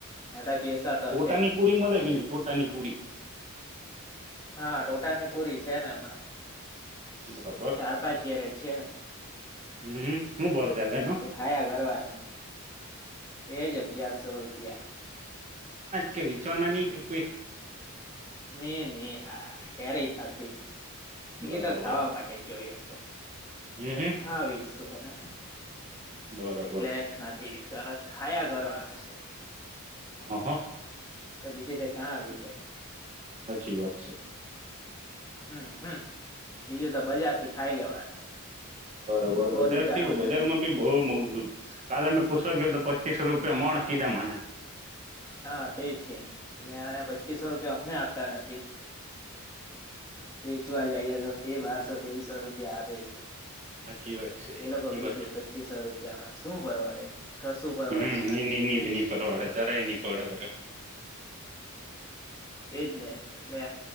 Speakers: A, on the left; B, on the right.
A: એ તો કેસર
B: ટોટાની
A: તો છે જ.
B: પૂરી મળે કે નહીં ટોટાની પૂરી
A: હા ટોટાની પૂરી છે ને હમણાં.
B: બરાબર
A: ચાર પાંચ કેરેટ. છેી ને.
B: હમ શું બઉ ચાલ એનો.
A: તે ખાયા કરવાનું એજ અગિયારસો રૂપિયા.
B: કેવી. છવાનાની કોઈ.
A: ની ની. ક્યારે નથી એટલી
B: બરાબર
A: તો ખાવા માટે જ જોઈ હશે
B: હમ હમ
A: ખાવીશ. <unintelligible>
B: બરાબર
A: એટલે
B: છે
A: નથી વિચાર ખાયા કરવાનું છે.
B: હહ.
A: સ બીજે તો કાં આવી જાય.
B: સાચી વાત છે.
A: હમ્મ હમ્મ બીજું તો બજાર થી. ખાઈ લેવાનું.
B: બરોબર
A: બહુ
B: બજારથી
A: દુકાનો
B: બજારમાં
A: છે
B: ભી બહ મોઘું કાલે અમે પૂછવા ગ તો પચીસ રૂપિયા મણ. કિધા મને.
A: હા તેજ છે એને અ પછી પચીસો રૂિયા અમને તા નથી. વેચવાજ જઈએ તો તે બારસો તેરસો રૂપિયા આપે છે.
B: સાચી વાત છે
A: એ
B: સાચી
A: લોકો વેચે
B: વાત
A: પચીસો રૂપિયામાં શું પરવડે કશું પરવતું
B: હમ
A: નથી
B: એ નહી
A: હુ.
B: પરવાડે જરાય નહી પડે વરે.
A: તે જનેે. એટલે.